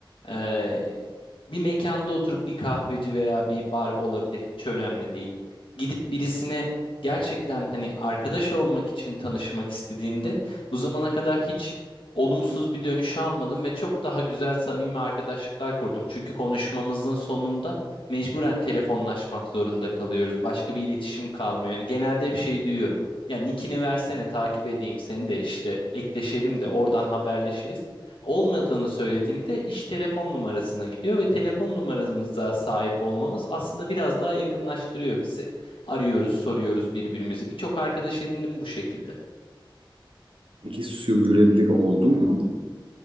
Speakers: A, on the left (about 75°); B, on the right (about 80°).
A: Ee, bir mekanda oturup bir kahveci veya bir bar olabilir hiç önemli değil. Gidip birisine gerçekten hani arkadaş olmak için tanışmak istediğinde bu zamana kadar hiç olumsuz bir dönüş almadım ve çok daha güzel samimi arkadaşlıklar kurdum. Çünkü konuşmamızın sonunda mecburen telefonlaşmak zorunda kalıyoruz. Başka bir iletişim kalmıyor. Yani genelde hep şey duyuyorum. Ya nickini versene takip edeyim seni de işte ekleşelim de oradan haberleşiriz olmadığını söylediğimde iş telefon numarasına gidiyor ve telefon numaramıza sahip olmamız aslında biraz daha yakınlaştırıyor bizi. Arıyoruz, soruyoruz birbirimizi. Birçok arkadaş edindim bu şekilde.
B: Peki sürdürülebilir oldu mu?